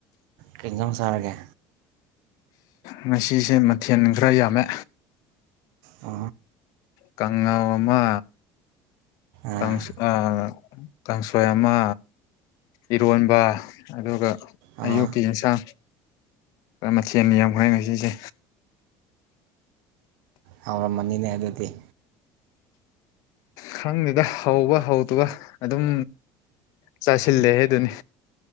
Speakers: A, on the right (about 80°); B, on the left (about 60°).
A: ꯀꯩꯖꯥꯡ ꯁꯥꯔꯒꯦ
B: ꯉꯁꯤꯁꯦ ꯃꯊꯦꯜ ꯈꯔ ꯌꯥꯝꯃꯦ
A: ꯑ
B: ꯀꯪꯡꯉꯧ ꯑꯃ
A: ꯑꯥ
B: ꯀꯥꯡꯁ ꯑ ꯀꯥꯡꯁꯣꯏ ꯑꯃ ꯏꯔꯣꯟꯕ ꯑꯗꯨꯒ
A: ꯑꯥ
B: ꯑꯌꯨꯛꯀꯤ ꯏꯟꯁꯥꯡ ꯃꯊꯦꯜ ꯌꯥꯝꯈ꯭ꯔꯦ ꯉꯁꯤꯁꯦ
A: ꯍꯥꯎꯔꯝꯃꯅꯤꯅꯦ ꯑꯗꯨꯗꯤ
B: ꯈꯪꯗꯦꯗ ꯍꯧꯕ ꯍꯧꯇꯕ ꯑꯗꯨꯝ ꯆꯥꯁꯤꯜꯂꯦ ꯍꯦ ꯑꯗꯨꯅꯤ